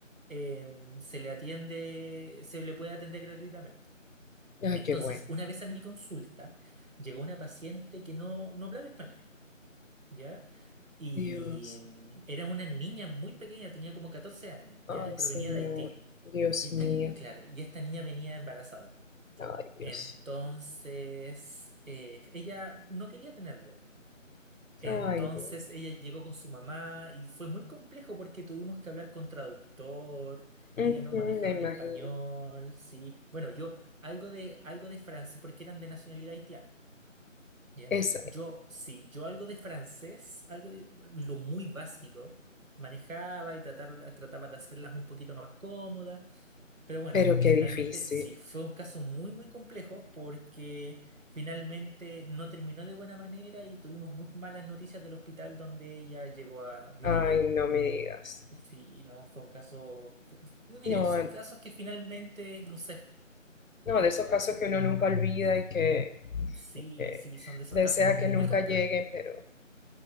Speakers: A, on the right; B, on the left.
A: em, se le atiende, se le puede atender gratuitamente.
B: Ay,
A: Entonces,
B: qué bueno.
A: una vez a mi consulta, llegó una paciente que no, no hablaba español, ¿ya? Y
B: Dios.
A: em, era una niña muy pequeña, tenía como 14 años,
B: Ay,
A: ¿ya? Y provenía
B: Señor.
A: de Haití.
B: Dios
A: Y esta,
B: mío.
A: ni- claro, y esta niña venía embarazada.
B: Ay, Dios.
A: Entonces, eh, ella no quería tener bebé. Entonces
B: Ay, Dios.
A: ella llegó con su mamá y fue muy complejo porque tuvimos que hablar con traductor,
B: Ujú,
A: ella no manejaba
B: me imagino.
A: el español, sí. Bueno, yo algo de, algo de francés porque eran de nacionalidad haitiana. ¿Ya?
B: Esa-
A: Yo, sí, yo algo de francés, algo de lo muy básico, manejaba y tratar, trataba de hacerlas un poquito más cómodas, pero bueno,
B: pero qué
A: finalmente
B: difícil.
A: sí, fue un caso muy, muy complejo porque finalmente no terminó de buena manera y tuvimos muy malas noticias del hospital donde ella llegó a, vino
B: Ay,
A: a llegar.
B: no me digas.
A: Sí, no, fue un caso. fue- Mire,
B: No,
A: son casos que finalmente, no sé,
B: no,
A: no,
B: de esos
A: ah,
B: casos que uno nunca olvida y que,
A: sí,
B: que
A: sí, son de esos
B: desea
A: casos como
B: que
A: muy
B: nunca
A: complejos.
B: lleguen, pero